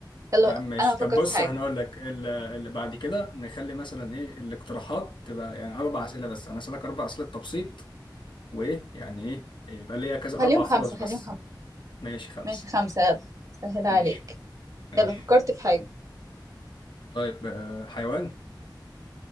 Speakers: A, on the right; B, on the left.
A: يلا
B: يا عم ماشي
A: انا هفكر
B: طب بص
A: في حاجة
B: هنقول لك ال- اللي بعد كده نخلي مثلا ايه الاقتراحات تبقى يعني اربع اسئله بس انا اسالك اربع اسئله تبسيط وايه يعني ايه يبقى ليا كذا
A: خليهم
B: اربع
A: خمسة
B: فرص بس
A: خليهم خمسة
B: ماشي خمسه
A: ماشي خمسة يلا سهل عليك
B: ماشي ماشي
A: يلا فكرت في حاجة
B: طيب آه، حيوان